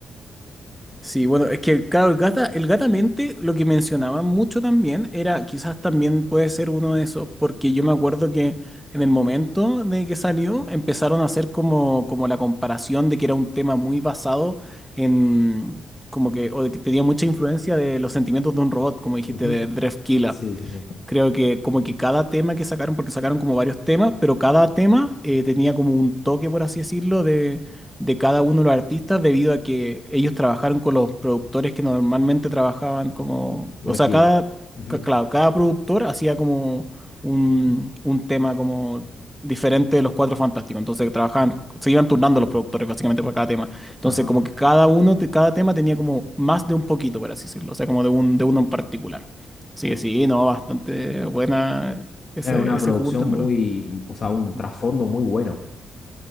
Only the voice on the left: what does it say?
Ujú.
Sí, sí, sí.
Drefkila.
Ujú.
Ajá.
Era una
producción
muy,
o sea, un trasfondo
muy bueno.